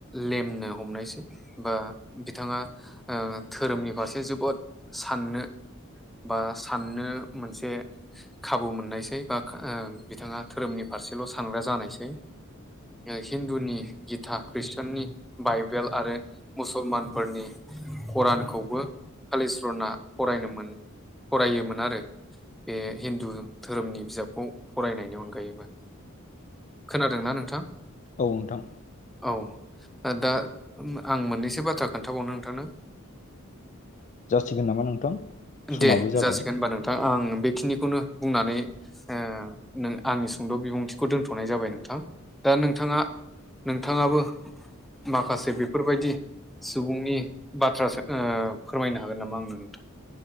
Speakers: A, in the centre; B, on the left (about 35°).
A: लेमनो हमनायसै। बा बिथाङा धोरोमनि फारसे जोबोद साननो बा साननो मोनसे खाबु मोननायसै बा बिथाङा धोरोमनि फारसेल' सानग्रा जानायसै हिन्दुनि गिता खृस्टाननि बाइबेल आरो मुसलमानफोरनि खरानखौबो कालिचरना फरायनोमोन फरायोमोन आरो। बे हिन्दु धोरोमनि बिजाबखौ फरायनायनि अनगायैबो। खोनादोंना नोंथां?
B: औ नोंथां
A: औ दा आं मोननैसो बाथ्रा खोन्थाबावनो नोंथांनो
B: जासिगोन नामा नोंथां? समाबो
A: दे
B: जाबाय
A: जासिगोन होनबा नोंथां आं बेखिनिखौनो बुंनानै ओ नों आंनि सुंद' बिबुंथिखौ दोनथ'नाय जाबाय नोंथां। दा नोंथाङा नोंथाङाबो माखासे बेफोरबायदि सुबुंनि बाथ्राासो ओ फोरमायनो हागोन नामा आंनो नोंथां?